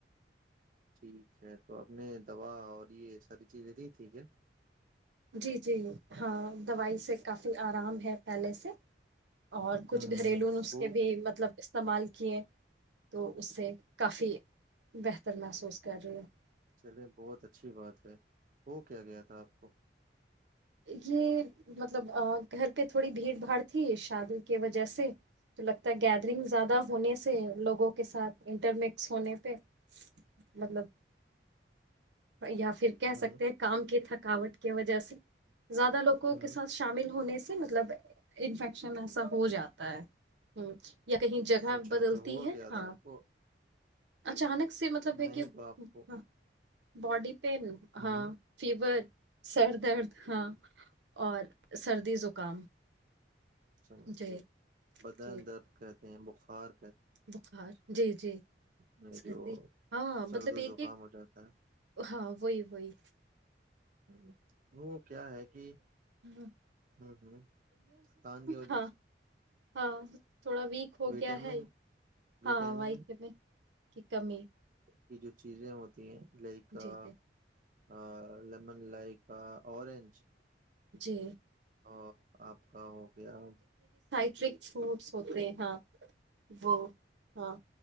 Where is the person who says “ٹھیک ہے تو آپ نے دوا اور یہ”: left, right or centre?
Right